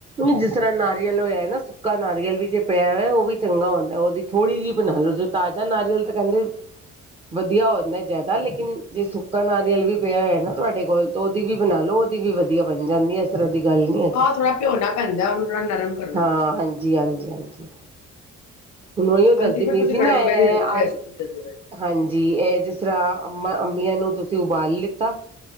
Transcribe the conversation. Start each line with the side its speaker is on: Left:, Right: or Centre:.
Right: ਜਿਸ ਤਰ੍ਹਾਂ ਨਾਰੀਅਲ ਹੋਇਆ ਨਾ ਸੁੱਕਾ ਨਾਰੀਅਲ ਵੀ ਜੇ ਪਿਆ ਹੋਇਆ, ਉਹ ਵੀ ਚੰਗਾ ਹੁੰਦਾ। ਉਹਦੀ ਥੋੜੀ ਜਿਹੀ ਬਣਾ ਲ ਲੋ ਜ ਤਾਜ਼ਾ ਨਾਰੀਅਲ ਤਾਂ ਕਹਿੰਦੇ ਵਧੀਆ ਹੋ ਜਾਂਦਾ ਜ਼ਿਆਦਾ ਲੇਕਿਨ ਜੇ ਸੁੱਕਾ ਨਾਰੀਅਲ ਵੀ ਪਿਆ ਹੋਇਆ ਨਾ ਤੁਹਾਡੇ ਕੋਲ ਤਾਂ ਉਹਦੀ ਵੀ ਬਣਾ ਲਓ। ਉਹਦੀ ਵੀ ਵਧੀਆ ਬਣ ਜਾਂਦੀ ਏ, ਇਸ ਤਰ੍ਹਾਂ ਦੀ ਗੱਲ ਨੀ ਹੈਗੀ।
Left: ਹਾਂ ਥੋੜਾ ਭਿਉਣਾ ਪੈਂਦਾ ਉਹਨੂੰ ਥੋੜਾ ਨਰਮ ਕਰਨਾ
Right: ਹਾਂ
Left: ਪੈਂਦਾ।
Right: ਹਾਂਜੀ-ਹਾਂਜੀ-ਹਾਂਜੀ। ਹੁਣਹੀ ਉਹ ਦੱਸਦੀ
Left: ਹਾਂਜੀ ਫਿਰ
Right: ਪਈ
Left: ਤੁਸੀਂ
Right: ਸੀ,
Left: ਕੜੰਬੇ
Right: ਨਾ ਇਹ
Left: ਦੀ ਰੈਸਪੀ
Right: ਆ
Left: ਦੱਸਦੇ ਪਏ ਸੀ।
Right: ਹਾਂਜੀ ਇਹ ਜਿਸ ਸ਼ਰਾ ਅੰਬਾ ਅੰਬੀਆਂ ਨੂੰ ਤੁਸੀਂ ਉਬਾਲ ਲਿੱਤਾ,